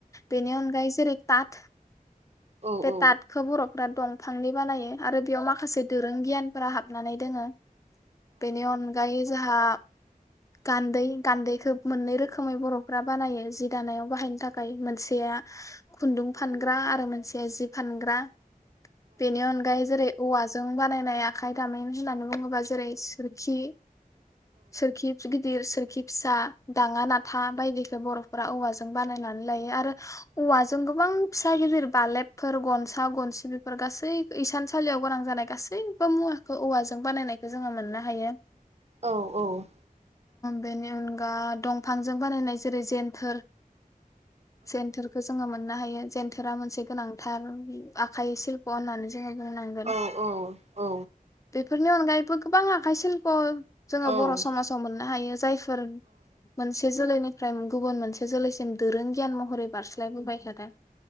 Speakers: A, on the left; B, on the right.
A: बेनि अनगायै जेरै तात
B: औ औ
A: तातखो‌ बर' फ्रा दंफांनि बानायो आरो बेयाव माखासे दोरों गियानफोरा हाबनानै दोङो। बेनि अनगायै जोहा गान्दै गान्दैखौ मोननै रोखोमै बर'फ्रा बानायो जि दानायाव बाहायनो थाखाय मोनसेया खुन्दुं फानग्रा आरो मोनसेया जि फानग्रा बेनि अनगायै जेरै औवा जों बानायनाय आखाइ दामिन होननानै बुं जेरै सोरखि सोरखि गिदिर सोरखि फिसा दाङा नाथा बायदिखो बर' रा औवाजों बानायनानै लायो आरो औवाजों गोबां फिसा गिदिर बालेब फोर गनसा गनसि बेफोर गासै इसानसालियाव गोनां जानाय गासैबो मुवाखौ औवाजों बानायनायखौ जोङो मोननो हायो।
B: औ औ।
A: बेनि अनगा दंफांजों बानायनाय जेरै जेेनथोर जेनथोरखौ जोङो मोननो हायो। जेनथोरा मोनसे गोनां थार आखाय सिल्प होननानै जोङो बुंनांगोन
B: औ औ औ।
A: बेफोरनि अनगायैबो गोबां आखाइ सिल्प जोङो
B: औ
A: बर'
B: औ
A: समाजाव मोननो हायो जायफोर मोनसे जोलैनि फ्राय गुबुन मोनसे जोलैसिम दोरों गियान महरै बारस्लायबोबाय थादों